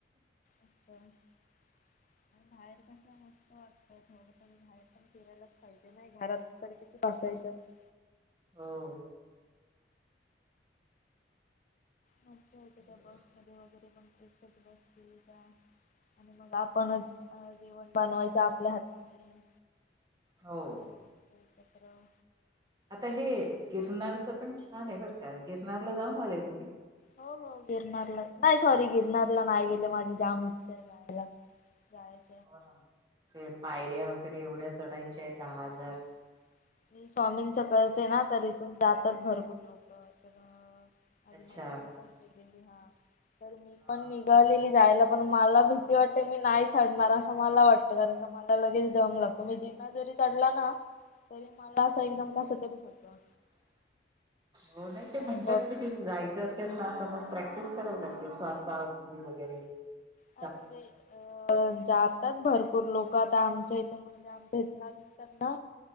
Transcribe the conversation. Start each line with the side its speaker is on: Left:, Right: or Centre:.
Left: असत बाहेर कस मस्त वाटत ना. बाहेर पण फिरायलाच पाहिजे नाही <unintelligible>
Right: हो
Left: <unintelligible>
Right: बरोबर.
Left: मध्ये वगैरे पण एकच बसतील, का आणि मग आपणचं- अ जेवण बनवायचं आपल्या हाताने.
Right: हो.
Left: पत्र.
Right: आता हे गिरनारचं पण छान आहे बरं का, गिरनारला जाऊन आलेय तुम्ही?
Left: हो हो, गिरणारला, नाही सॉरी गिरणारला नाही गेले माझी जाम इच्छा आहे. जायलां जायच.
Right: हो ना ते पायऱ्या वगैरे एवढ्या चढायच्या आहेत दहा
Left: हा
Right: हजार.
Left: मी स्वामींच करते ना, तर इथून जातात भरपूर लोक तर आधी
Right: अच्छा
Left: माधी. केले ह तर मी
Right: हा
Left: पण निघाले. जायला पण मला भीती वाटते, मी नाही चडणार असं मला वाटत, कारण मला लगेच दम लागतो. ऐकदा जरी चढला ना, तरी मला असं एकदम कस तरीच होतो,
Right: हो
Left: पण
Right: नाही
Left: ते काय-
Right: म्हणतात की जायचं असेल ना तर मग प्रॅक्टिस
Left: हा
Right: करावी लागते, श्वासात वगैरे -
Left: काय म्हणते असं - जातात भरपूर लोकं, आता आमच्या इथून म्हणजे आमच्या इथून निघतात ना,